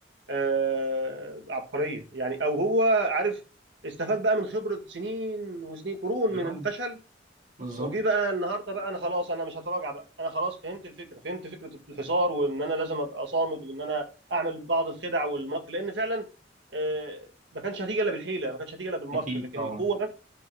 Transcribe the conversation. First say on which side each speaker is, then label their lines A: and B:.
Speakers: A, on the right (about 70°); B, on the right (about 45°).
A: آه، عبقريه يعني او هو عارف استفاد بقى من خبره سنين وسنين قرون من
B: اه
A: الفشل
B: بالظبط
A: وجي بقى النهارده بقى انا خلاص انا مش هتراجع بقى انا خلاص فهمت الفكره فهمت فكره الحصار وان انا لازم ابقى صامد وان انا اعمل بعض الخدع والمكر لان فعلا آه، ما كانش هتيجي الا بالحيله ما كانش هتيجي الا بالمكر
B: اكيد
A: لكن
B: طبعا
A: القوه بس